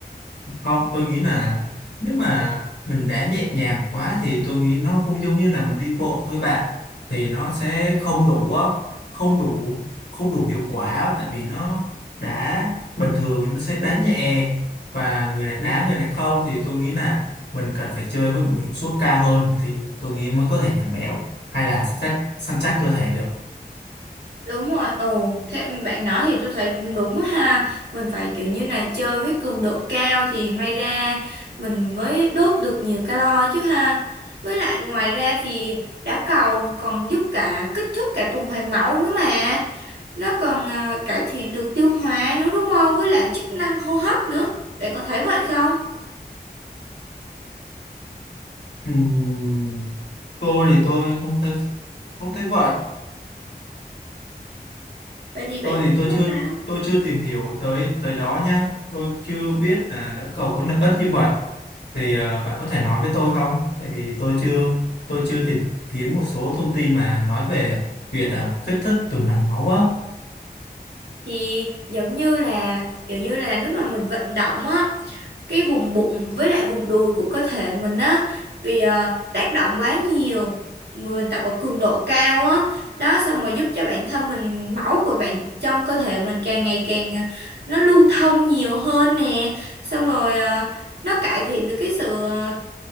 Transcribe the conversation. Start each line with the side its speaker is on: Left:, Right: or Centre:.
Left: không tôi nghĩ là nếu mà mình đã nhẹ nhàng quá thì tôi nghĩ nó cũng giống như là mình đi bộ thôi bạn thì nó sẽ không đủ á, không đủ không đủ hiệu quả á, tại vì nó đá bình thường nó sẽ đá nhẹ và người này đá người này không thì tôi nghĩ là mình cần phải chơi với một hiệu suất cao hơn thì tôi nghĩ mới có thể giảm béo hay là săn chắc săn chắc cơ thể được
Right: Đúng rồi, ồ, thế bạn nói thì tôi thấy cũng đúng á ha. Mình phải kiểu như là chơi với cường độ cao thì may ra mình mới đốt được nhiều calo chứ ha. Với lại ngoài ra thì đá cầu còn giúp cả kích thích cả tuần hoàn máu nữa mà. Nó còn à, cải thiện được tiêu hóa nữa đúng không? Với lại chức năng hô hấp nữa. Bạn có thấy vậy không?
Left: Ừm, tôi thì tôi không thấy không thấy vậy
Right: Vậy thì bạn
Left: tôi thì tôi
Right: thấy
Left: chưa
Right: sao?
Left: tôi chưa tìm hiểu tới tới đó nha tôi chưa biết là đã cầu có lợi ích như vậy thì ờ, bạn có thể nói với tôi không tại vì tôi chưa tôi chưa tìm kiếm một số thông tin mà nói về việc ờ, kích thích tuần hoàn máu á
Right: Thì giống như là kiểu như là lúc mà mình vận động á cái vùng bụng với lại vùng đùi của cơ thể mình á vì ờ, tác động quá nhiều mình tập ở cường độ cao á đó xong rồi giúp cho bản thân mình máu của bạn trong cơ thể mình càng ngày càng ờ, nó lưu thông nhiều hơn nè xong rồi ờ, nó cải thiện được cái sự ờ,